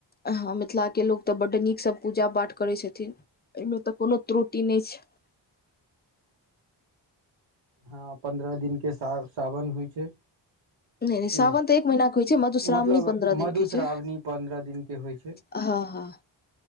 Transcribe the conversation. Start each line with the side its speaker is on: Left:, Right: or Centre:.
Left: हँ मिथिलाके लोक तऽ बड्ड नीकसँ पूजा पाठ करैत छथि एहिमे तऽ कोनो त्रुटि नहि छ
Right: हँ पन्द्रह दिनके सा सावन होइ छ
Left: नहि नहि सावन
Right: ई
Left: तऽ एक महीनाके होइ छै मधुश्रावणी
Right: मतलब
Left: पन्द्रह दिनके
Right: मधुश्रावणी
Left: छै
Right: पन्द्रह दिनके होइत छ
Left: हँ ह